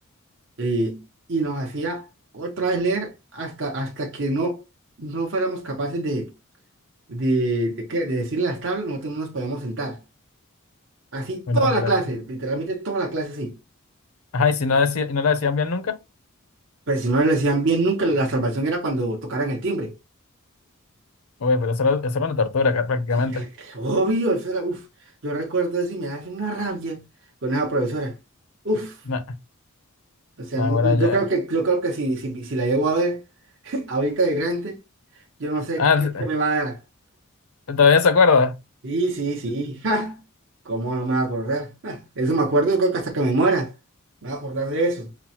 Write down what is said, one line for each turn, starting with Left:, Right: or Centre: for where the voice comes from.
Right: eh, y nos hacía otra vez leer hasta, hasta que no, no fuéramos capaces de, de, de, qué, de decir las tablas, nosotros no nos podíamos sentar. Así
Left: Bueno,
Right: toda la
Left: pero...
Right: clase, literalmente toda la clase, así.
Left: Ajá, y si no, decía, y no le decían bien nunca.
Right: Pero si no le decían bien nunca, la salvación era cuando tocaran el timbre.
Left: Uy, pero eso era, eso era una tortura ca- prácticamente.
Right: Sí, cl- cl- obvio, eso era, uff, yo recuerdo eso y me da una rabia con esa profesora. Uff,
Left: No,
Right: o sea,
Left: no,
Right: n-
Left: ahora ya.
Right: yo creo que, yo creo que si, si, si la llego a ver <laughs> ahorita de grande, yo no sé
Left: Ah,
Right: qué,
Left: sí,
Right: qué me va a dar.
Left: ¿todavía se acuerda?
Right: Sí, sí, sí, ja, ¿cómo no me va a acordar? Ja, eso me acuerdo, yo creo que hasta que me muera, me va a acordar de eso.